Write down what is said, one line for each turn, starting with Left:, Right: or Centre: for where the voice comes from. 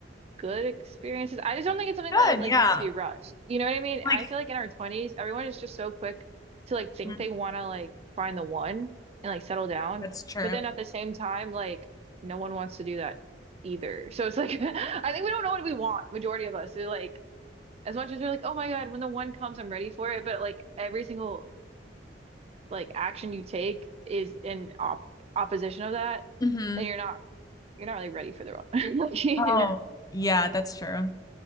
Right: good experiences. I just don't think it's something
Left: Good,
Right: that like
Left: yeah.
Right: needs to be rushed. You know what I mean?
Left: Like
Right: I feel like in our 20s, everyone is just so quick to like think
Left: Mhm.
Right: they want to like find the one and like settle down.
Left: that's true.
Right: But then at the same time, like no one wants to do that either. So it's like <laughs> I think we don't know what we want, majority of us. We're like as much as we're like, "Oh my God, when the one comes, I'm ready for it." But like every single like action you take is in op opposition of that,
Left: Mm-hmm.
Right: then you're not you're not really ready for the one. <laughs> Like, you
Left: Oh,
Right: know.
Left: yeah, that's true.